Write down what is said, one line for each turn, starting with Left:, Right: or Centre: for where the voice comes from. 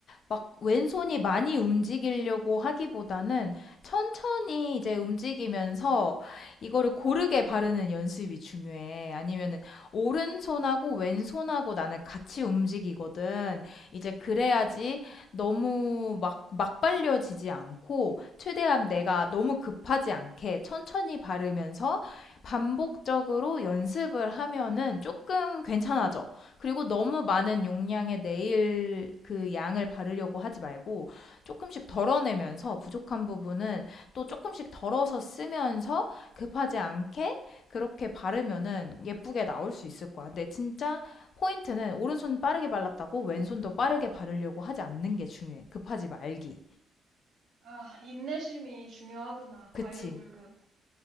Left: 막 왼손이 많이 움직이려고 하기보다는 천천히 이제 움직이면서 이거를 고르게 바르는 연습이 중요해. 아니면은 오른손하고 왼손하고 나는 같이 움직이거든. 이제 그래야지 너무 막, 막 발려지지 않고, 최대한 내가 너무 급하지 않게 천천히 바르면서 반복적으로 연습을 하면은 조금 괜찮아져. 그리고 너무 많은 용량의 네일 그 양을 바르려고 하지 말고 조금씩 덜어내면서 부족한 부분은 또 조금씩 덜어서 쓰면서 급하지 않게 그렇게 바르면은 예쁘게 나올 수 있을 거야. 근데 진짜 포인트는 오른손 빠르게 발랐다고 왼손도 빠르게 바르려고 하지 않는 게 중요해. 급하지 말기.
Right: 아, 인내심이 중요하구나.
Left: 그치.
Right: 과유불급.